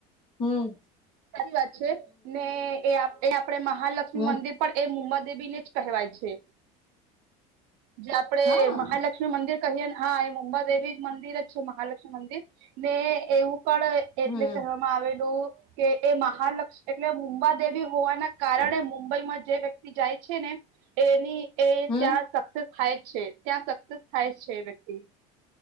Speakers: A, on the left (about 25°); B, on the right (about 60°).
A: હમ્મ.
B: સાચી વાત છે ને એ આપ એ આપડે મહાલક્ષ્મી
A: હમ
B: મંદિર પણ એ મુમ્મદેબીને જ કહેવાય છે, જે આપણેે
A: હા
B: મહાલક્ષ્મી મંદિર કહીએ ને હા એ મુંબાદેવી મંદિર જ છે મહાલક્ષ્મી મંદિર ને એવું પણ એટલે
A: હમ
B: કહેવામાં આવેલું, કે એ મહાલક્ષ એટલે મુંબાદેવી હોવાના કારણે મુંબઈમાં જે વ્યક્તિ જાય છે ને એની એ
A: હમ
B: ત્યાં સક્સેસ થાય જ છે, ત્યાં સક્સેસ થાય જ છે એ વ્યક્તિ